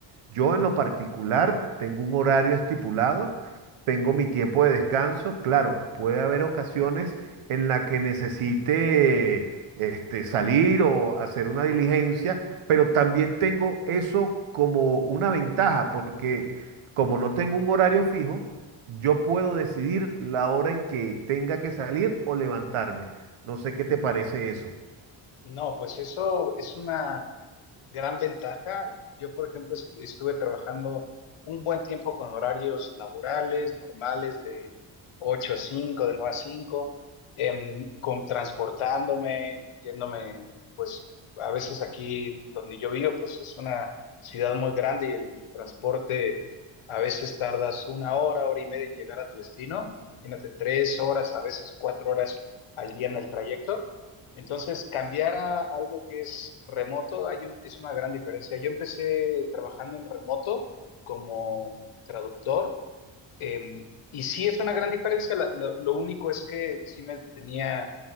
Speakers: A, on the right (about 85°); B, on the left (about 75°).
A: Yo en lo particular tengo un horario estipulado, tengo mi tiempo de descanso. Claro, puede haber ocasiones en las que necesite este, salir o hacer una diligencia, pero también tengo eso como una ventaja, porque como no tengo un horario fijo, yo puedo decidir la hora en que tenga que salir o levantarme. No sé qué te parece eso.
B: No, pues eso es una gran ventaja. Yo, por ejemplo, es- estuve trabajando un buen tiempo con horarios laborales, normales, de 8 a 5, de 9 a 5, em, con transportándome, yéndome, pues a veces aquí donde yo vivo, pues es una ciudad muy grande y el transporte a veces tardas una hora, hora y media en llegar a tu destino. Imagínate tres horas, a veces cuatro horas al día en el trayecto. Entonces, cambiar a algo que es remoto hay un- es una gran diferencia. Yo empecé trabajando en remoto como traductor em, y sí es una gran diferencia. La- lo, lo único es que sí me tenía